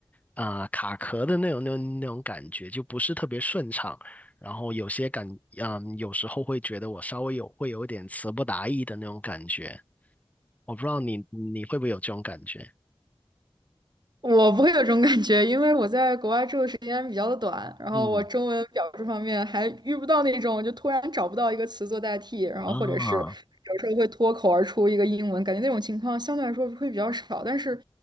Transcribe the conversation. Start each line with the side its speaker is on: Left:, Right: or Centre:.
Left: 啊、呃卡壳的那种那种那种感觉，就不是特别顺畅。然后有些感，嗯，有时候会觉得我稍微有会有点词不达意的那种感觉。我不知道你你会不会有这种感觉？
Right: 我不会有这种感觉，因为我在国外住的时间比较的短，然后我中文表述方面还遇不到那种就突然找不到一个词做代替，
Left: 嗯，
Right: 然后或者是有时候会脱口而出一个英文，
Left: 啊，
Right: 感觉那种情况相对来说会比较少。但是